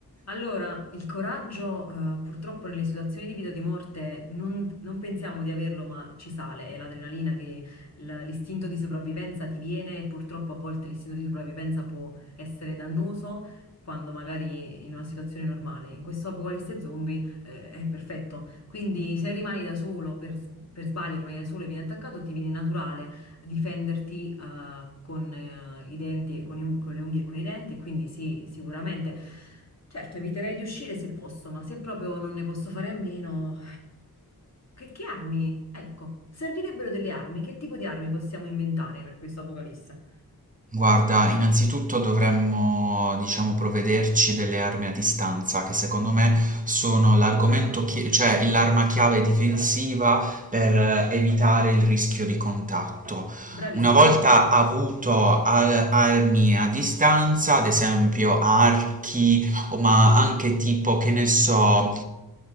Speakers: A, on the left; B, on the right.
A: Allora, il coraggio, eh, purtroppo nelle situazioni di vita o di morte non, non pensiamo di averlo, ma ci sale. È l'adrenalina che l- l'istinto di sopravvivenza ti viene e purtroppo a volte l'istinto di sopravvivenza può essere dannoso quando magari in una situazione normale. In questo apocalisse zombie, eh, è perfetto. Quindi se rimani da solo, per, per sbaglio rimani da solo e vieni attaccato, ti viene naturale difenderti eh, con eh, i denti, e con, i un- con le unghie e con i denti, e quindi sì, sicuramente. Certo, eviterei di uscire se posso, ma se proprio non ne posso fare a meno, che, che armi? Ecco, servirebbero delle armi. Che tipo di armi possiamo inventare per questo apocalisse?
B: Guarda, innanzitutto dovremmo, diciamo, provvederci delle armi a distanza, che secondo me sono l'argomento
A: Bravo,
B: chi- cioè l'arma chiave difensiva per eh, evitare il rischio di contatto.
A: bravissimo.
B: Una volta avuto ar- armi a distanza, ad esempio archi, o ma anche tipo, che ne so,